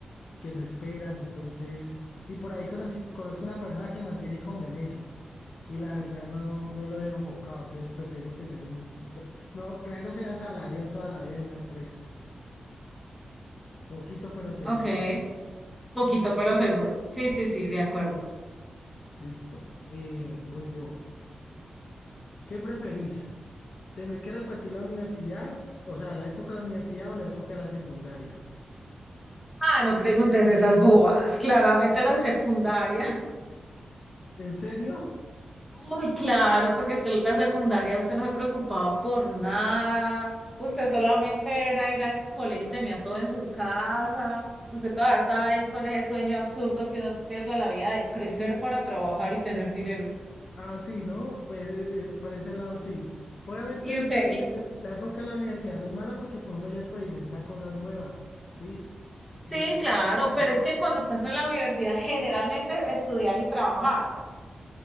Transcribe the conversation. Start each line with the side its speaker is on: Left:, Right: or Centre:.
Left: es que no esperan, entonces, y por ahí conocí- conozco una persona que mantiene como en eso, y la verdad no, no lo veo enfocado, entonces prefiero tener un, tra- no, prefiero ser asalariado toda la vida de una empresa, poquito pero seguro,
Centre: Ok, poquito pero seguro. Sí, sí, sí, de acuerdo.
Left: listo, eh, voy yo, ¿qué preferís? ¿Tener que repetir la universidad? O sea, la época de la universidad o la época de la secundaria?
Centre: Ah, no preguntes esas bobas. claramente la secundaria.
Left: ¿En serio?
Centre: Uy, claro, porque es que en la secundaria usted no se preocupaba por nada. Usted solamente era ir al colegio y tenía todo en su casa. Usted todavía estaba ahí con ese sueño absurdo que uno tiene toda la vida de crecer para trabajar y tener dinero.
Left: Ah, sí, ¿no? Pues eh, eh, por ese lado sí. Obviamente
Centre: Y usted,
Left: el-
Centre: y
Left: el- la época de la universidad no es mala porque pues uno ya experimenta cosas nuevas, ¿sí?
Centre: sí,
Left: Uno
Centre: claro, pero
Left: ya-
Centre: es que cuando estás en la universidad generalmente estudias y trabajas.